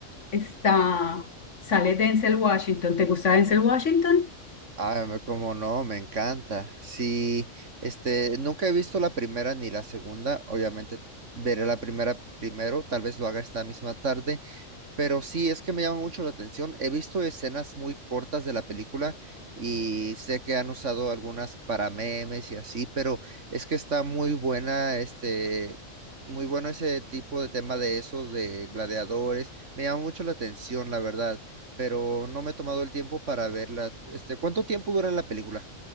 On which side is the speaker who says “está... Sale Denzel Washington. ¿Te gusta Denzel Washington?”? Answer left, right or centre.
Left